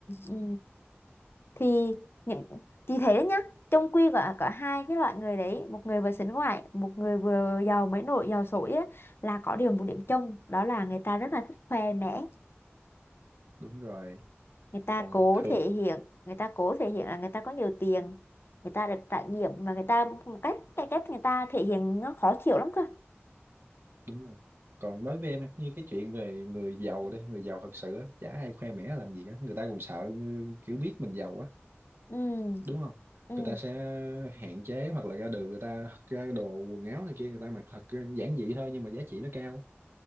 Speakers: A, on the left; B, on the right.
A: ừ. thì những thì thấy đấy nhá trong quy có có hai cái loại người đấy một người vừa sánh ngoại một người vừa giàu mới nổi giàu sổi á là có điều một điểm chung đó là người ta rất là thích khoe mẽ
B: đúng rồi
A: người ta
B: còn
A: cố
B: thường
A: thể hiện người ta cố thể hiện là người ta có nhiều tiền người ta được trải nghiệm mà người ta một cách cái cách người ta thể hiện nó khó chịu lắm cơ
B: đúng rồi còn đối với em như cái chuyện về người giàu đây người giàu thật sự á chả ai khoe mẽ làm gì cả người ta cũng sợ ừ, kiểu biết mình giàu á
A: ừ
B: đúng không
A: ừ
B: người ta sẽ hạn chế hoặc là ra đường người ta thật ra đồ quần áo này kia người ta mặc thật giản dị thôi nhưng mà giá trị nó cao